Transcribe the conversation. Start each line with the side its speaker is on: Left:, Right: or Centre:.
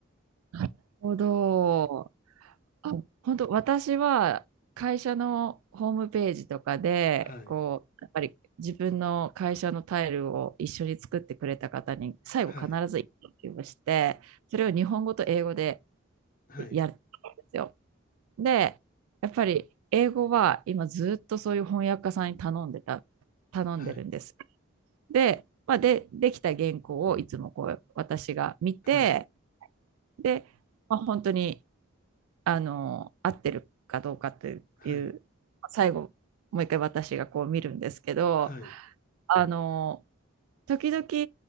Right: なるほど。あ、本当私は会社のホームページとかで、
Left: はい、
Right: こう、やっぱり自分の会社のタイルを一緒に作ってくれた方に、最後必ず一句をして、
Left: はい、
Right: それを日本語と英語で
Left: はい、
Right: やるんですよ。で、やっぱり英語は今ずっとそういう翻訳家さんに頼んでた、頼んでるんです。
Left: はい、
Right: で、まあ、で、できた原稿をいつもこう、私が見て、
Left: はい、
Right: で、まあ、本当に、あの、合ってるかどうかとい
Left: はい、
Right: う、最後、もう一回私がこう見るんですけど、
Left: はい、
Right: あの、時々